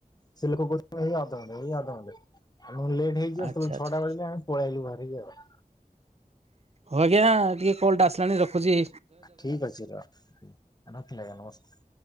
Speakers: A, on the left; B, on the right.
A: ସେ ଲୋକ କହୁଛନ୍ତି ଏଇ ଅଧ ଘଣ୍ଟେ, ଏଇ ଅଧ ଘଣ୍ଟେ ଆମ କହିଲୁ ଲେଟ୍ ହେଇଯିବ
B: ଆଚ୍ଛା
A: ସେତେବେଳ କୁ
B: ଆଚ୍ଛା
A: ଛଅଟା ବାଜିଲା ପଳେ ଆଇଲୁ ବାହାରିକି ଆଉ।
B: ହଉ ଆଜ୍ଞା ଟିକେ କଲ୍ ଟା ଆସିଲାଣି ରଖୁଚି।
A: ଠିକ୍ ଅଛି <unintelligible> ରଖିଲି ଆଜ୍ଞା ନମସ୍କାର।